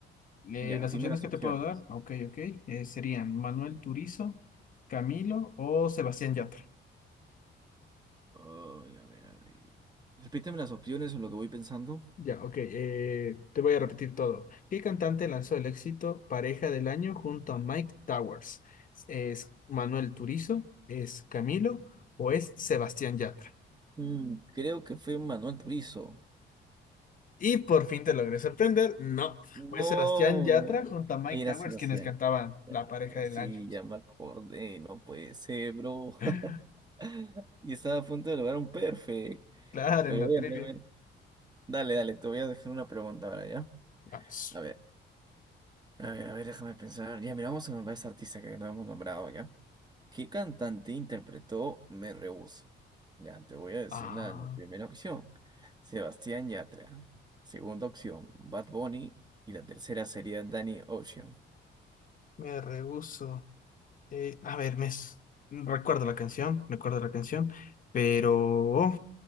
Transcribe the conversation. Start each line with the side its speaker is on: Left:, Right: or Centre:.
Left: Eh,
Right: ya,
Left: las
Right: dime
Left: opciones
Right: las
Left: que
Right: opciones.
Left: te puedo dar, ok, ok, eh, serían Manuel Turizo, Camilo o Sebastián Yatra.
Right: Ay, a ver, a ver. Repíteme las opciones en lo que voy pensando.
Left: Ya, ok. eh, te voy a repetir todo. ¿Qué cantante lanzó el éxito Pareja del Año junto a Mike Towers? ¿Es Manuel Turizo? ¿Es Camilo? ¿O es Sebastián Yatra?
Right: Mm, creo que fue Manuel Turizo.
Left: Y por fin te logré sorprender. No,
Right: No,
Left: fue Sebastián Yatra junto a Mike
Right: Era
Left: Towers
Right: Sebastián.
Left: quienes cantaban
Right: Ya,
Left: la Pareja
Right: ya,
Left: del
Right: sí,
Left: Año.
Right: ya me acordé. No puede ser, bro.
Left: <laughs>
Right: <laughs> Y estaba a punto de lograr un perfect.
Left: Claro,
Right: Pero
Left: en la
Right: bueno,
Left: trivia.
Right: a ver. Dale, dale, te voy a dejar una pregunta ahora, ¿ya?
Left: Vamos.
Right: A ver. A ver, a ver, déjame pensar. Ya, mira, vamos a nombrar a esta artista que no hemos nombrado, ¿ya? ¿Qué cantante interpretó Me Rehuso? Ya, te voy a decir
Left: Ah,
Right: la la primera opción. Sebastián Yatra. Segunda opción, Bad Bunny. Y la tercera sería Danny Ocean.
Left: me rehuso. Eh, a ver, me s- recuerdo la canción, recuerdo la canción, pero